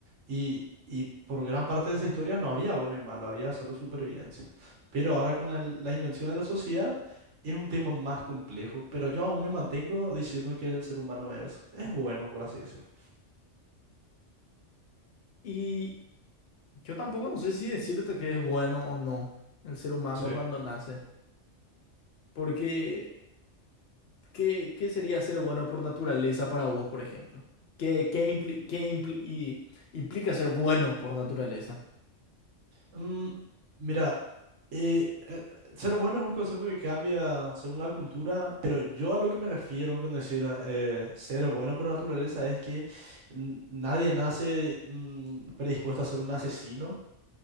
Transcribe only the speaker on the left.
Y yo tampoco no sé si decirte que es bueno o no el ser humano
cuando nace, porque... ¿Qué, qué sería ser bueno por naturaleza para vos, por ejemplo? ¿Qué, qué impli- qué impli- y- implica ser bueno por naturaleza?